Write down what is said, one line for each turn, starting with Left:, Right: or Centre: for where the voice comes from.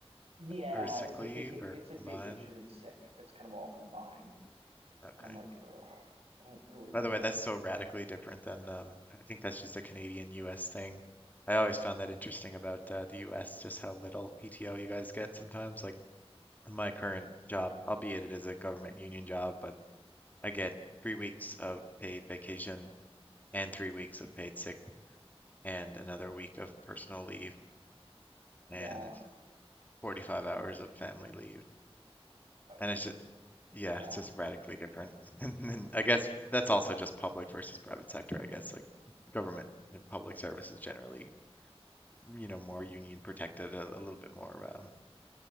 Right: Yeah,
Left: or sick
Right: it's like
Left: leave
Right: vaca-
Left: or
Right: it's like
Left: combined?
Right: vacation and sick. It's kind of all combined,
Left: Okay.
Right: and I'm like, Ugh, I don't really like
Left: By the way, that's
Right: that.
Left: so radically different than um, I think that's just a Canadian US thing. I always found that interesting about uh, the US, just how little PTO you guys get sometimes. Like in my current job, albeit it is a government union job, but I get three weeks of paid vacation and three weeks of paid sick and another week of personal leave
Right: Yeah,
Left: and 45 hours of family leave.
Right: uh,
Left: And it's Yeah,
Right: wow.
Left: it's just radically different. <laughs> And then I guess that's also just public versus private sector, I guess. Like government and public service is generally, mm, you know, more union protected, a, a little bit more, um,